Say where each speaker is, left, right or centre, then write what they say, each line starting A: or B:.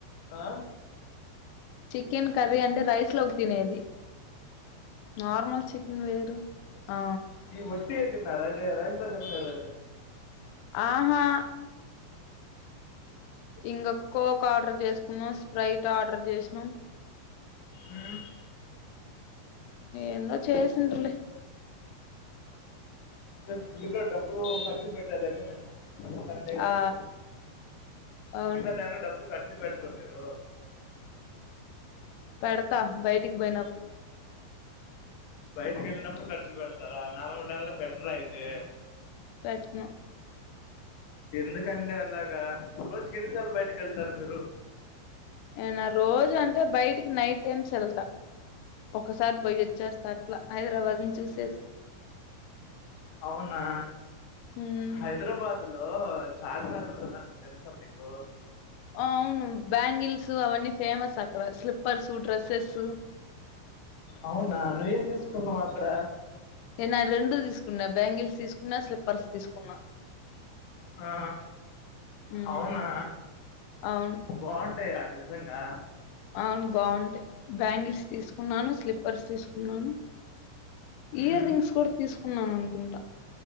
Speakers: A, on the left; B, on the left.
A: ఆ
B: చికెన్ కర్రీ అంటే రైస్ లోకి తినేది నార్మల్ చికెన్ వేరు ఆ
A: నే ఒట్టి గా తిన్నారు అది రైస్ లో తినలేదు
B: ఆహా ఇంకా కోక్ ఆర్డర్ చేసుకున్నాం స్ప్రైట్ ఆర్డర్ చేసినం
A: ఉమ్
B: ఎందో చేసిండ్రిలే
A: గట్టిగా డబ్బులు ఖర్చు పెట్టారు అయితే నిన్న సండే కాబట్టి
B: ఆ అవును
A: మిగతా టైంలో డబ్బులు ఖర్చు పెట్టరు మీరు
B: పెడతా బయటికి పోయినప్పుడు
A: బయటకి వెళ్ళినప్పుడు ఖర్చు పెడతారా నార్మల్ టైం లో పెట్టర అయితే
B: పెట్టను
A: ఎందుకండి అలాగా రోజు కి ఎన్ని సార్లు బయటకు వెళ్తారు మీరు
B: ఏనా రోజు అంటే బయటికి నైట్ టైమ్స్ వెళ్తా ఒకసారి పోయి వచ్చేస్తా అట్లా హైదరాబాద్ ని చూసేసి
A: అవునా
B: ఉమ్
A: హైదరాబాద్ లో చార్మి నార్ ఉంటదంట తెలుసా మీకు
B: అవును బ్యాంగిల్స్ అవన్నీ ఫేమస్ అక్కడ స్లిప్పర్స్ డ్రెస్సెస్
A: అవునా నువ్వేం తీసుకున్నావు అక్కడ
B: నేనా రెండు తీసుకున్నా బ్యాంగిల్స్ తీసుకున్నా స్లిప్పర్స్ తీసుకున్నా
A: ఆ
B: ఉమ్
A: అవునా
B: అవును
A: బావుంటాయా నిజంగా
B: అవును బావుంటాయి బ్యాంగిల్స్ తీసుకున్నాను స్లిప్పర్స్ తీసుకున్నాను ఇయర్
A: మ్మ్.
B: రింగ్స్ కూడా తీసుకున్నాను అనుకుంటా